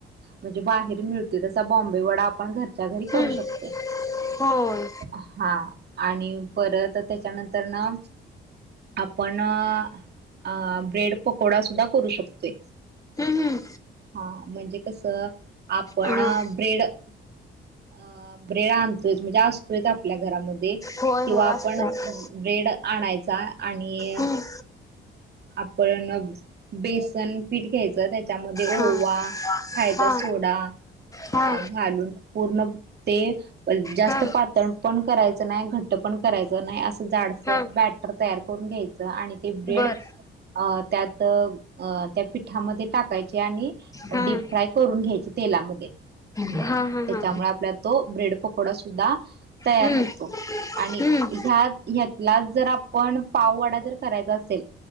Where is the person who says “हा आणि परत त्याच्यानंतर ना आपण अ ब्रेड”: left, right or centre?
Right